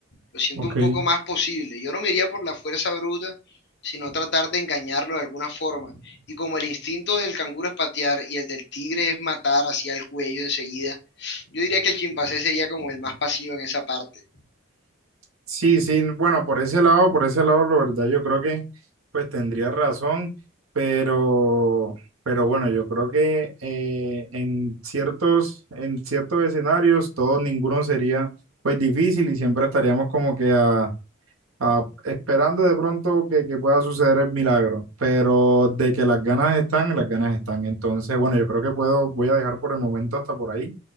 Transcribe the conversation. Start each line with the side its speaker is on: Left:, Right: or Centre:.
Left: lo siento
Right: ok.
Left: un poco más posible. Yo no me iría por la fuerza bruta, sino tratar de engañarlo de alguna forma. Y como el instinto del canguro es patear y el del tigre es matar hacia el cuello enseguida, yo diría que el chimpancé sería como el más pasivo en esa parte.
Right: Sí, sí, bueno, por ese lado, por ese lado, la verdad, yo creo que pues tendría razón, pero, pero bueno, yo creo que eh, en ciertos, en ciertos escenarios, todo, ninguno sería pues difícil y siempre estaríamos como que a, ah, esperando de pronto que, que pueda suceder el milagro, pero de que las ganas están, las ganas están. Entonces, bueno, yo creo que puedo, voy a dejar por el momento hasta por ahí.